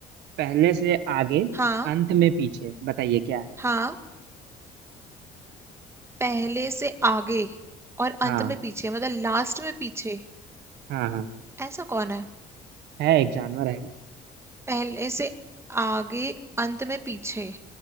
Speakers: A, on the right (about 85°); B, on the right (about 15°).
A: पहले से आगे
B: हाँ
A: अंत में पीछे बताइए क्या है
B: हाँ पहले से आगे और अंत
A: हाँ
B: में पीछे मतलब लास्ट में पीछे
A: हाँ हाँ
B: ऐसा कौन है
A: है एक जानवर है
B: पहले से आगे अंत में पीछे